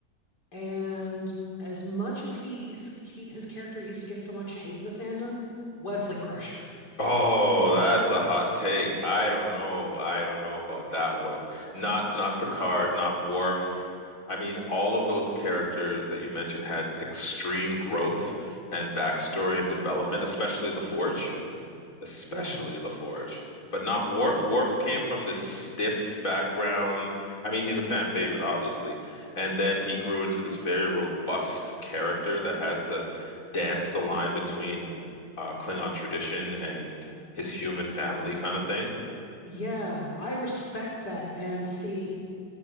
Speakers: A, on the left; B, on the left.
A: And as much as he, he his character used to get so much hate in the fandom, Wesley Crusher.
B: Oh, that's a hot take. I don't know. I don't know about that one. Not not Picard, not Worf. I mean, all of those characters that you mentioned had extreme growth and backstory and development, especially LaForge especially
A: Yeah,
B: LaForge, but not Worf. Worf came from this stiff background. I mean, he's a fan favorite, obviously, and then he grew into this very robust character that has to dance the line between uh, Klingon tradition and his human family kind of thing.
A: Yeah, I respect that. And see,